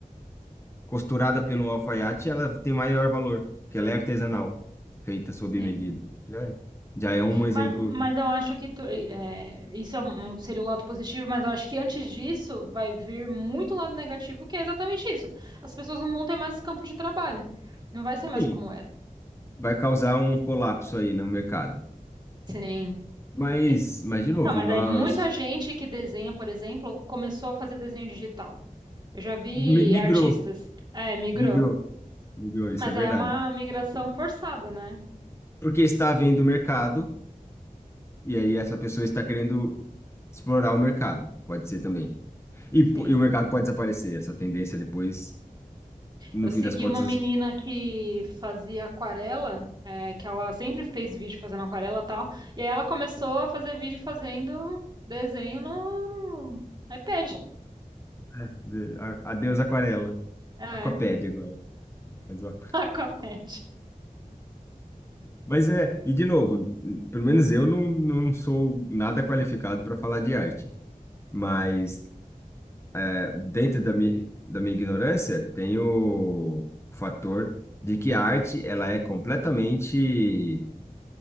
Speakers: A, on the left; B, on the right.
A: costurada pelo alfaiate, ela tem maior valor, porque ela é artesanal, feita sob
B: Sim.
A: medida. Já é, já é um exemplo
B: Mas, mas eu acho que tu- é, isso é um- seria o lado positivo, mas eu acho que antes disso vai vir muito lado negativo, que é exatamente isso. As pessoas não vão ter mais campo de trabalho. Não vai ser mais
A: Sim.
B: como era.
A: vai causar um colapso aí no mercado.
B: Sim.
A: Mas,
B: E-
A: mas de
B: Então,
A: novo,
B: mas
A: e nós
B: é muita gente que desenha, por exemplo, começou a fazer desenho digital. Eu já vi
A: mi- migrou,
B: artistas. É, migrou.
A: migrou, migrou,
B: Mas
A: isso é verdade.
B: aí é uma migração forçada, né?
A: Porque está havendo mercado, e aí essa pessoa está querendo explorar o mercado, pode ser também. E, po-
B: Sim.
A: e o mercado pode desaparecer, essa tendência depois, no
B: Eu
A: fim
B: segui
A: das contas,
B: uma menina que fazia aquarela, é, que ela sempre fez vídeo fazendo aquarela e tal. E aí ela começou a fazer vídeo fazendo desenho no iPad.
A: é, de- a- adeus aquarela,
B: É,
A: aquapédia
B: <laughs>
A: agora. Mas, ó.
B: Aquapad.
A: Mas é, e de novo, pelo menos eu não, não sou nada qualificado para falar de arte, mas é, dentro da minha, da minha ignorância, tem o fator de que a arte ela é completamente